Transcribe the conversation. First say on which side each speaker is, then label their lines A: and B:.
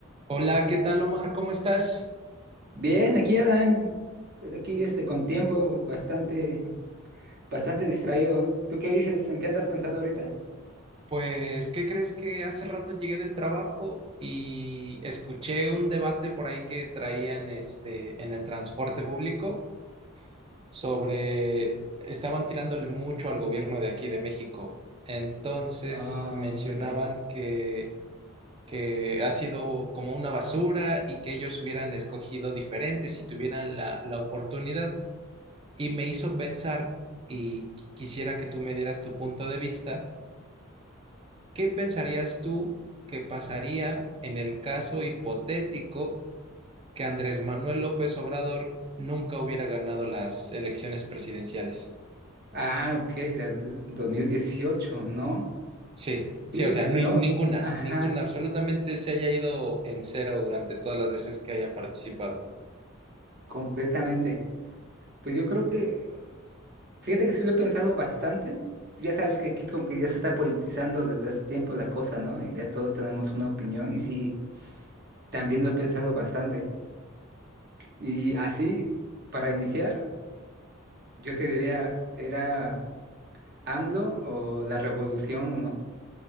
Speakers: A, on the right (about 25°); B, on the right (about 50°).
A: Hola, ¿qué tal Omar? ¿Cómo estás?
B: Bien, aquí Alan, aquí este con tiempo bastante, bastante distraído. ¿Tú qué dices? ¿En qué andas pensando ahorita?
A: Pues, ¿qué crees que hace rato llegué del trabajo y escuché un debate por ahí que traían este en el transporte público sobre estaban tirándole mucho al gobierno de aquí de México. Entonces
B: Ah,
A: mencionaban
B: ok.
A: que que ha sido como una basura y que ellos hubieran escogido diferente si tuvieran la, la oportunidad. Y me hizo pensar, y qu- quisiera que tú me dieras tu punto de vista ¿Qué pensarías tú que pasaría en el caso hipotético que Andrés Manuel López Obrador nunca hubiera ganado las elecciones presidenciales?
B: Ah, ok, las de 2018, ¿no?
A: Sí,
B: Fíjate
A: sí, o sea,
B: que
A: ni-
B: no,
A: ninguna,
B: ajá,
A: ninguna, absolutamente se haya ido en cero durante todas las veces que haya participado.
B: completamente. Pues yo creo que, fíjate que sí lo he pensado bastante. Ya sabes que aquí como que ya se está politizando desde hace tiempo la cosa, ¿no? Y ya todos tenemos una opinión y sí, también lo he pensado bastante. Y así, para iniciar... Yo te diría, era AMLO o la revolución, ¿no?